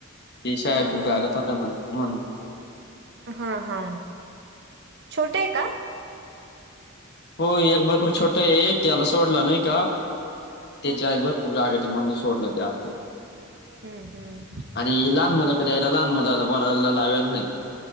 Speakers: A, on the left (about 50°); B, on the right (about 55°).
A: ते शेळ्या
B: हा
A: खूप
B: हा
A: गारत होत्या म्हणून.
B: हा हा छोटे आहे का?
A: होय एक बकरू छोटा आहे, त्याला सोडला नाही का.
B: ह
A: त्याची आय भरपूर रागात आहे, म्हणून सोडलं ते आता.
B: हं... हूं...
A: आणि ही लहान मुलं कधी यायला लहान मुलाला बोलायला लावेयला नाही.